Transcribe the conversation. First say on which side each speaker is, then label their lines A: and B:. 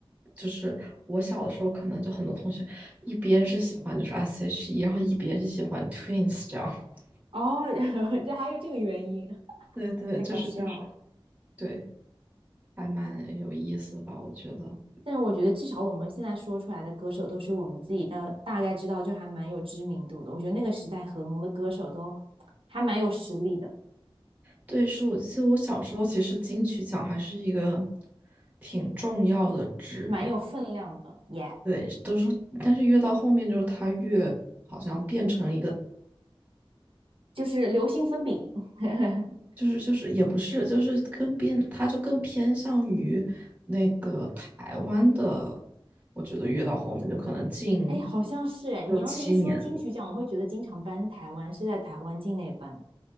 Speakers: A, on the right (about 15°); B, on the right (about 70°).
A: 就是我小的时候，可能就很多同学一边是喜欢就是 S.H.E，然后一边是喜欢 Twins 这样。<laughs>
B: 哦，然后这还有这个原因，
A: 对对，
B: 太搞笑了。
A: 就是就是对，还蛮有意思吧，我觉得。
B: 但是我觉得至少我们现在说出来的歌手都是我们自己的大概知道，就还蛮有知名度的。我觉得那个时代很红的歌手都还蛮有实力的。
A: 对，是我记得我小时候其实金曲奖还是一个挺重要的指标，
B: 蛮有分量的耶
A: 对，都是，但是越到后面就是它越好像变成一个
B: 就是流星分饼。<laughs>
A: 就是就是也不是，就是更偏，他就更偏向于那个台湾的，我觉得越到后面就可能近
B: 哎，好像是哎，你要是一说金曲奖，
A: 六七年了，
B: 我会觉得经常颁台湾是在台湾境内颁。